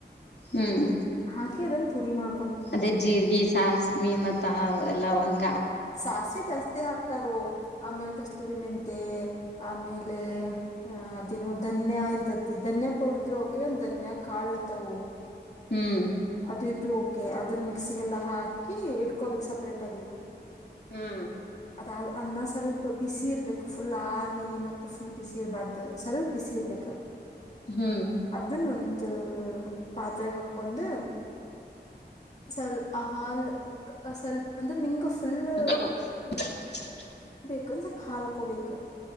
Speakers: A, on the left; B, on the left.
A: ಹ್ಮ್
B: ಹಾಗೆ ಅದಂತ ಪುಡಿ ಮಾಡ್
A: ಅದೇ ಜೀರ್ಗ ಸಾಸ್ಮಿ ಮತ್ತೆ ತಾ ಎಲ್ಲ ಒಂದು
B: ಸಾಸಿವಿ ಜಾಸ್ತಿ ಹಾಕ್ತಾರೋ ಆಮೇಲ್ ಕಸ್ತೂರಿ ಮೆಂತೆ ಆಮೇಲೆ ಅ ಧನ್ಯ ಇರ್ತತಿ ಧನ್ಯ ಪೌಡ್ರದ್ರ ಹೋಗಕಿರ ಧನ್ಯ ಕಾಳ ಇರ್ತವು
A: ಹ್ಮ್
B: ಅದು ಇದ್ರು ಓಕೆ ಅದನ್ನ ಮಿಕ್ಸಿಗೆಲ್ಲಾ ಹಾಕಿ ಇಟ್ ಕೋಬಿಕ್ ಸಪ್ರೇಟಾಗಿ
A: ಹ್ಮ್
B: ಅದಾದದು ಅನ್ನ ಸ್ವಲ್ಪ ಬಿಸಿ ಇರ್ಬೇಕು ಫುಲ್ ಆರ್ <unintelligible> ಮತ್ತೆ ಫುಲ್ ಬ್ಯುಸಿ ಇರ್ಬಾಡ್ದ ಸ್ವಲ್ಪ್ ಬಿಸಿರ್ಬೇಕು
A: ಹ್ಮ್
B: ಅದುನ್ನ ಒಂದು ಪಾತ್ರೆಗೆ ಹಾಕೊಂಡು ಸ್ವಲ್ ಆ ಹಾಲ್ ಸ್ವಲ್ಪ ಅಂದ್ರೆ ನಿಂಗ ಫುಲ್
A: <unintelligible>
B: <unintelligible> ಕೋಬೇಕ